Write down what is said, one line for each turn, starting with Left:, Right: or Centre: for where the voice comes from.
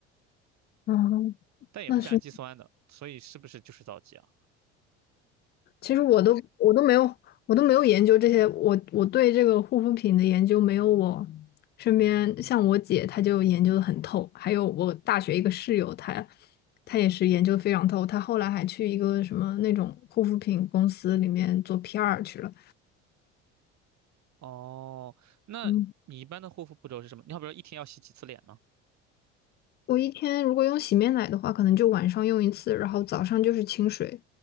Left: 嗯，
Right: 但也不是氨基酸的，
Left: 那是，
Right: 所以是不是就是皂基啊？
Left: 其实我都我都没有，我都没有研究这些，我我对这个护肤品的研究没有我身边像我姐，她就研究的很透，还有我大学一个室友，她她也是研究得非常透，她后来还去一个什么那种护肤品公司里面做 PR 去了。
Right: 哦，那你一般的护肤步骤是什么？
Left: 嗯
Right: 你好比说一天要洗几次脸呢？
Left: 我一天如果用洗面奶的话，可能就晚上用一次，然后早上就是清水，